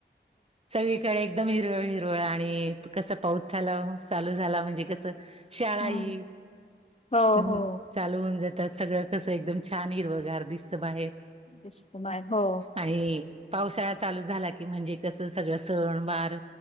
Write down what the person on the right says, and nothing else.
सगळीकडे एकदम हिरवळ हिरवळ आहे. कसं पाऊस झाला चालू झाला म्हणजे कसं? शाळा
ही
ह ह
चालू होऊन जातात सगळं कसं एकदम छान हिरवं गार दिसतं बाहेर.
आणि पावसाळा चालू झाला की म्हणजे कसं सगळं सण वार